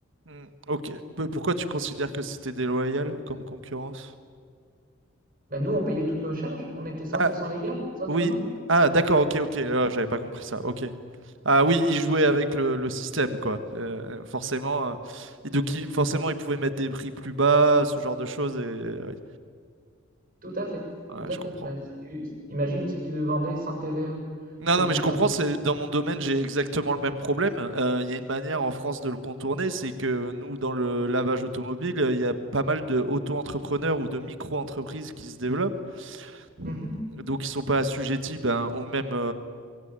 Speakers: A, on the right; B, on the right.
A: Mm, Ok. Peu- Pourquoi tu considères que c'était déloyal comme concurrence?
B: Ben, nous, on payait toutes nos charges, on était 100%
A: Ah,
B: légal, les autres
A: Oui.
B: non.
A: Ah, d'accord, ok, ok. Ah, j'avais pas compris ça. Ok. Ah oui, il jouait avec le, le système, quoi. Euh, forcément, euh, et donc il- forcément, il pouvait mettre des prix plus bas, ce genre de choses. Et oui.
B: Tout à fait,
A: Ouais,
B: tout à
A: je
B: fait.
A: comprends.
B: Ben, si tu, imagine si tu vendais sans TVA,
A: Non,
B: t'es
A: non,
B: plus
A: mais je comprends.
B: con.
A: C'est dans mon domaine, j'ai exactement le même problème. Euh, Il y a une manière en France de le contourner, c'est que nous, dans le lavage automobile, euh, il y a pas mal de auto-entrepreneurs ou de micro-entreprises qui se développent, Mm.
B: Mhm.
A: donc ils sont pas assujettis ben, aux mêmes